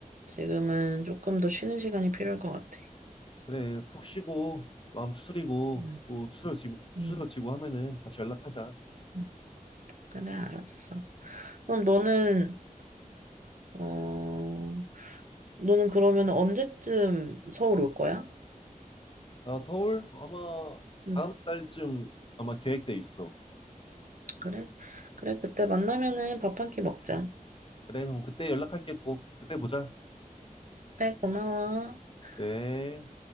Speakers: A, on the right (about 65°); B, on the left (about 35°).
A: 지금은 조금 더 쉬는 시간이 필요할 것 같아.
B: 그래, 푹 쉬고, 마음 추스리고,
A: 음.
B: 또 추스러지,
A: 음,
B: 추스러지고 하면은 다시 연락하자.
A: 음. 그래, 알았어. 그럼 너는, 어, 너는 그러면 언제쯤 서울 올 거야?
B: 나 서울? 아마
A: 응,
B: 다음 달쯤 아마 계획돼 있어. 음.
A: 그래? 그래, 그때 만나면은 밥 한 끼 먹자.
B: 그래, 그럼 그때 연락할게 꼭. 그때 보자.
A: 그래, 고마워. 응.
B: 네.